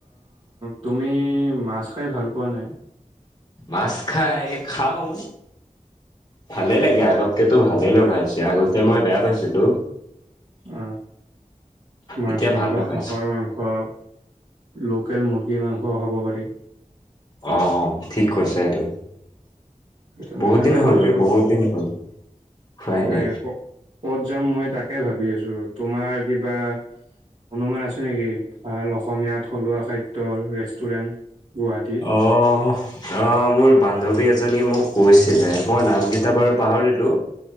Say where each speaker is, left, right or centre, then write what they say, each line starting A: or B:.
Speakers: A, on the right; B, on the left.
A: তুমি মাছ খাই ভাল পোৱা নাই
B: মাছ খাই খাওঁ ভালে লাগে আৰু এতিয়াতো ভালেই লগা হৈছে আগতে মই বেয়া পাইছিলো
A: অ মাছ
B: এতিয়া
A: নহলে
B: ভাল
A: বা
B: লগাইছে
A: হাঁহৰ মাংস লোকেল মুৰ্গী মাংসও খাব পাৰি
B: অ ঠিক কৈছা এইটো
A: সেইটো মই
B: বহুত
A: তাকে
B: দিন
A: ভাবিছোঁ
B: হল বহুত দিন হল খোৱাই
A: তাকে
B: নাই
A: ক- ক'ত যাম মই তাকে ভাবি আছো। তোমাৰ কিবা অনুমান আছে নেকি? ভাল অসমীয়া থলুৱা খাদ্যৰ ৰেষ্টুৰেন্ট গুৱাহাটী
B: অ, অ, মোৰ বান্ধৱী এজনীয়ে মোক কৈছিলে মই নাম কেইটা
A: উম,
B: বাৰু পাহৰিলো,